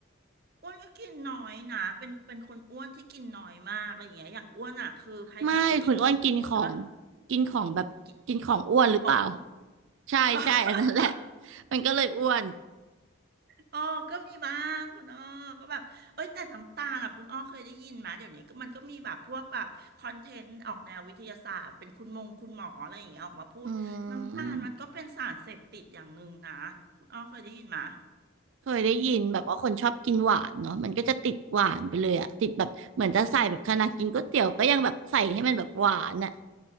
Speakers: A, on the right; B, on the right.
A: อ้วนก็กินน้อยนะ เป็น เป็นคนอ้วนที่กินน้อยมากอะไรอย่างเงี้ยอย่างอ้วนอ่ะคือพยายามจะกินคีโตใช่ปะ
B: ไม่คุณอ้วนกินของกินของแบบกินของอ้วนหรือเปล่า
A: กินขนม
B: ใช่ใช่อันนั้นแหละ
A: <laughs>
B: มันก็เลยอ้วน
A: เอ้อก็มีบ้างคุณอ้อก็แบบเอ้ยแต่น้ำตาลอ่ะคุณอ้อเคยได้ยินไหมเดี๋ยวนี้ก็มันก็มีแบบพวกแบบคอนเทนต์ออกแนววิทยาศาสตร์เป็นคุณมงคุณหมออะไรอย่างเงี้ยออกมาพูดน้ำตาลมันก็เป็นสารเสพติดอย่างหนึ่งนะคุณอ้อเคยได้ยินไหม
B: อืมเคยได้ยินแบบว่าคนชอบกินหวานเนาะมันก็จะติดหวานไปเลยอะติดแบบเหมือนจะใส่แบบขนาดกินก๋วยเตี๋ยวก็ยังแบบใส่ให้มันแบบหวานอะ